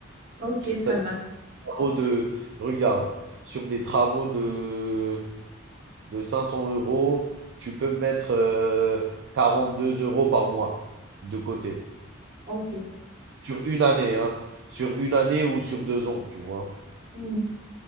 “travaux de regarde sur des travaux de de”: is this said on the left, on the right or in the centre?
Right